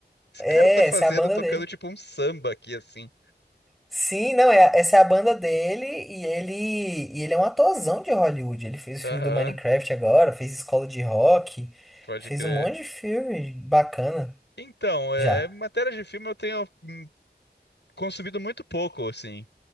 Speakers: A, on the left; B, in the centre.
A: Esse
B: É,
A: cara tá fazendo,
B: essa é a banda
A: tocando
B: dele.
A: tipo um samba aqui, assim.
B: Sim, não, é, essa é a banda dele e ele, e ele é um atorzão de Hollywood. Ele fez o
A: Aham,
B: filme do Minecraft agora, fez Escola de Rock,
A: pode
B: fez
A: crer.
B: um monte de filme bacana
A: Então, é,
B: já.
A: matéria de filme eu tenho hum, consumido muito pouco, assim.